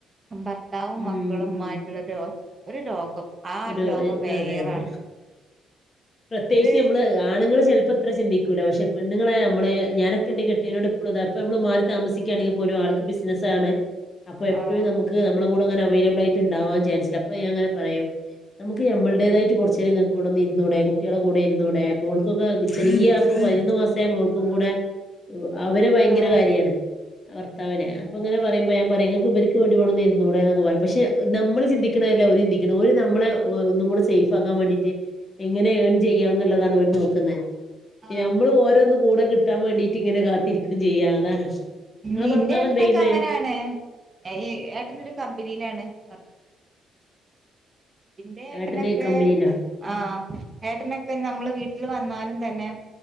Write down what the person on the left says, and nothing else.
ഉം
ഉം
ഒരു
എ-
അതെ അതെ പ്രത്യേകിച്ച്
നമ്മള് ആഹ് ആണുങ്ങള് ചെൽപ്പം ഇത്ര ചിന്തിക്കൂല്ല പക്ഷെ പെണ്ണുങ്ങളായ നമ്മള് ഞാനൊക്കെ എന്റെ കെട്ടിയനോട് ഇപ്പളും ഇതാ ഇപ്പ നമ്മള് മാറി താമസിക്കാണെങ്കി പോലും ആൾക്ക് ബിസ്നസ്സണ് അപ്പ എപ്പഴും
നമുക്ക് നമ്മളെ കൂടെ ഇങ്ങനെ അവൈലബിലായിട്ട് ഇണ്ടാവാൻ ചാൻസില്ല അപ്പോ ഞാൻ ഇങ്ങെനെ പറയും നമുക്ക് നമ്മളുടേതായിട്ട് കൊർച്ചേരം നിങ്ങക്ക് ഇവടെ ഇരുന്നൂടെ കുട്ടിയാളെ കൂടെ ഇരുന്നൂടെ മോൾക്കൊക്കെ ചെറിയ അപ്പ പയിനൊന്ന് മാസ് തേ മോൾക്കും കൂടെ അവരെ
കാര്യാണ് ഭർത്താവിനെ അപ്പോ ഇങ്ങനെ പറയുമ്പോ ഞാൻ പറയും നിങ്ങക്ക് ഇമ്പര്ക്ക് വേണ്ടി ഇവിടൊന്നിരുന്നുടെന്ന് പറിം പക്ഷെ നമ്മള് ചിന്തിക്ക്ണല്ല ഓര് ചിന്തിക്ക്ണ് ഓര് ന നമ്മള് ഒ ഒന്നും കൂടെ സേഫ് ആക്കാൻ വേണ്ടീട്ട് എങ്ങനെ ഏൺ ചെയ്യാം ന്നുള്ളതാണ് അവര് നോക്കുന്നേ
നമ്മള് ഓരോന്ന് കൂടെ കിട്ടാൻ വേണ്ടിട്ട് ഇങ്ങനെ കാത്തിരിക്കും ചെയ്യാ അതാണ് നിങ്ങളെ
ഭർത്താവ്
എന്താ ചെയ്യുന്നേ
ഏട്ടന് കമ്പനിയിലാണ് ഉം.